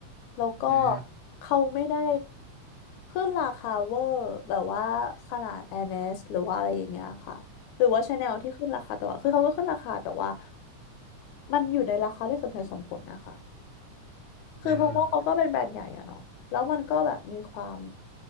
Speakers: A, on the left (about 80°); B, on the right (about 80°).
A: แล้วก็
B: อืม
A: เขาไม่ได้ขึ้นราคาเวอร์แบบว่าขนาด Hermes หรือว่าอะไรอย่างเงี้ยค่ะหรือว่า Chanel ที่ขึ้นราคาตลอดคือเขาก็ขึ้นราคาแต่ว่ามันอยู่ในราคาที่สมเหตุสมผลนะคะคือเพราะว่าเขาก็เป็นแบรนด์ใหญ่อะเนาะแล้วมันก็แบบมีความ
B: อืม